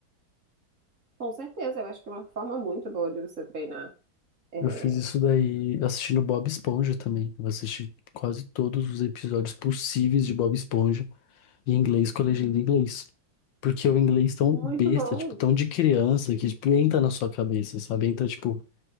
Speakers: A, on the right; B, on the left.
A: com certeza, eu acho que é uma forma muito boa de você treinar. É,
B: Eu fiz isso daí assistindo Bob Esponja também. Eu assisti quase todos os episódios possíveis de Bob Esponja em inglês com a legenda em inglês. Porque o inglês tão
A: muito
B: besta,
A: bom.
B: tipo, tão de criança, que tipo, entra na sua cabeça, sabe? Entra, tipo,